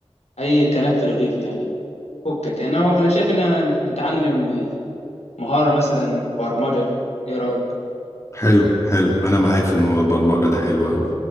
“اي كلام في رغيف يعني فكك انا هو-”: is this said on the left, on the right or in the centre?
Left